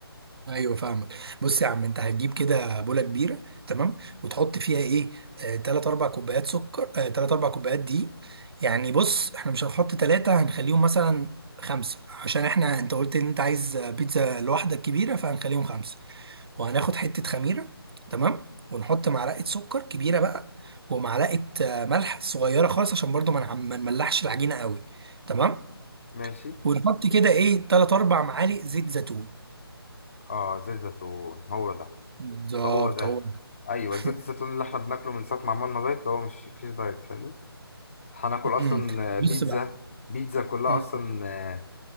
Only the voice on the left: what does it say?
ماشي
اه زيت زيتون هو ده
هو ده
ايوه
زيت الزيتون اللي احنا بناكله من ساعة ما عملنا دايت هو مش فيش دايت فاهمني هناكل اصلا
بيتزا
بيتزا كلها
اصلا